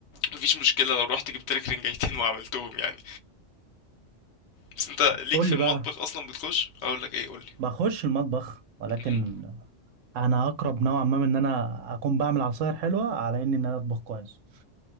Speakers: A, on the left; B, on the right.
A: مفيش مشكله لو رحت جبت لك رنجايتين وعملتهم يعني بس انت ليك
B: قول
A: في
B: لي
A: المطبخ
B: بقى
A: اصلا بتخش اقول لك ايه قول لي
B: بخش المطبخ ولكن
A: مهم.
B: انا اقرب نوعا ما من ان انا اكون بعمل عصاير حلوة على اني ان انا اطبخ كويس